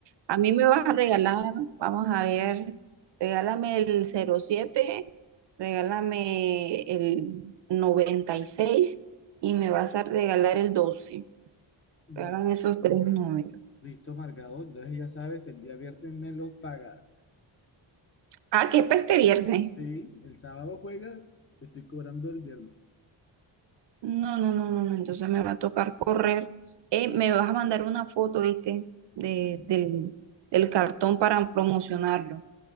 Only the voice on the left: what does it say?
Bueno,
listo, marcado. Entonces ya sabes, el día viernes me los pagas.
Sí, el sábado juegas, te estoy cobrando el viernes.
Bueno,